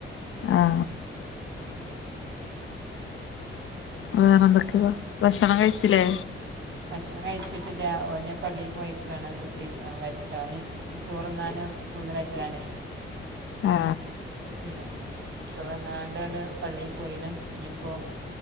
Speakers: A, on the left; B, on the right.
A: ആ
B: ഉം
A: വേറെ എന്തൊക്കെയ ഭക്ഷണം കഴിച്ചില്ലേ
B: ഭക്ഷണം കഴിച്ചിട്ടില്ല ഓന് പള്ളിയിൽ പോയിക്കാണ് കുട്ടി വരട്ടെ അവന് ചോറന്നും സ്കൂളന്ന് വരിലാണേ
A: ആ
B: ഉം ഇപ്പ വന്നാണ്ടടെ പള്ളിയി പോയിണ് ഇനിയിപ്പോ